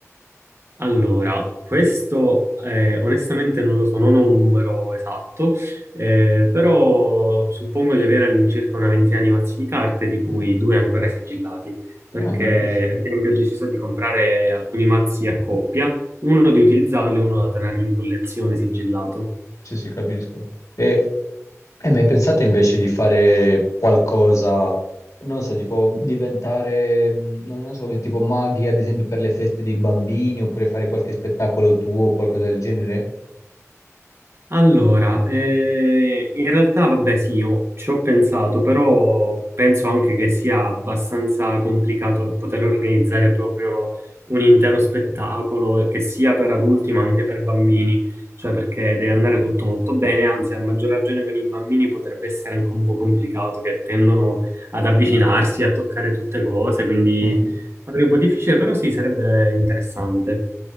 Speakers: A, on the right (about 55°); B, on the left (about 80°).
A: Allora, questo eh, onestamente non lo so, non ho un numero esatto, eh, però suppongo di avere all'incirca una ventina di mazzi di carte, di cui
B: Mm,
A: due ancora sigillati, perché
B: Ah, bellissimo.
A: ad esempio ho deciso di comprare alcuni mazzi a coppia, uno di utilizzarlo e uno da tenerlo in collezione sigillato.
B: Sì, sì, capisco. E hai mai pensato invece di fare qualcosa, non so, tipo diventare, mh, non, non so, come tipo maghi, ad esempio per le feste dei bambini, oppure fare qualche spettacolo tuo o qualcosa del genere?
A: Allora, eh, in realtà vabbè sì, io ci ho pensato, però penso anche che sia abbastanza complicato poter organizzare proprio un intero spettacolo che sia per adulti ma anche per bambini, cioè perché deve andare tutto molto bene, anzi a maggior ragione con i bambini potrebbe essere anche un po' complicato, che tendono ad avvicinarsi, a toccare tutte cose, quindi
B: Mhm.
A: magari un po' difficile, però sì, sarebbe interessante.